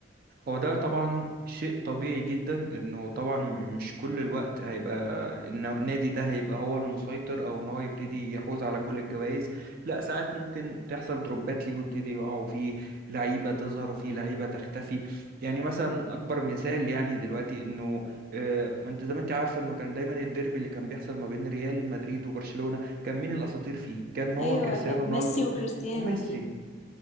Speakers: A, on the right (about 45°); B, on the left (about 35°).
A: هو ده طبعا شيء طبيعي جدا انه طبعا مش كل الوقت هيبقى ان النادي ده هيبقى هو المسيطر او ان هو يبتدي يحوز على كل الجوائز لا ساعات ممكن تحصل دروبات ليه ويبتدي يقع وفيه لعيبة تظهر وفيه لعيبة تختفي يعني مثلا اكبر مثال يعني دلوقتي انه آه، ما انت زي ما انت عارفة انه كان دايما الديربي اللي كان بيحصل ما بين ريال مدريد وبرشلونة كان مين الاساطير فيه كان هو
B: أيوة
A: كريستيانو
B: كان
A: رونالدو
B: ميسي وكريستيانو
A: وميسي
B: أكيد